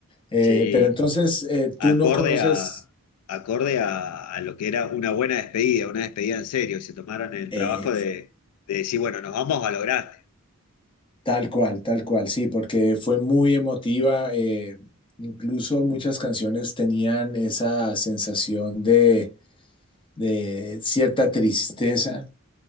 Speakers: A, on the left; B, on the left.
A: Eh,
B: Sí,
A: pero entonces eh, tú
B: acorde
A: no conoces
B: a, acorde a, a lo que era una buena despedida, una despedida en serio. Se tomaron el
A: eh,
B: trabajo de, de decir, bueno, nos vamos a lo grande.
A: tal cual, tal cual, sí, porque fue muy emotiva. eh, incluso muchas canciones tenían esa sensación de, de cierta tristeza,